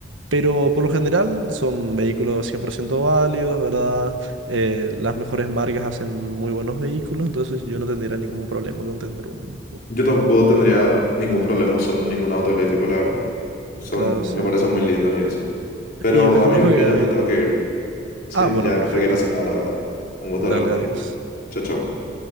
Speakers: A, on the right (about 80°); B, on the left (about 50°).
A: Pero por lo general son vehículos 100% válidos, ¿verdad? Eh, las mejores marcas hacen muy buenos vehículos, entonces yo no tendría ningún problema con tener un, un,
B: Yo tampoco
A: un
B: tendría ningún problema
A: auto eléctrico.
B: usando ningún auto eléctrico, la verdad. Son,
A: Claro, sí.
B: me parecen muy lindos y eso. Pero,
A: Y reconozco
B: amigo, yo
A: que
B: ya
A: hay...
B: me tengo que ir. Sí,
A: Ah, bueno,
B: ya
A: perfecto.
B: me tengo que ir a cenar ahora. Un gusto
A: Dale,
B: hablar contigo.
A: adiós.
B: Chao, chao.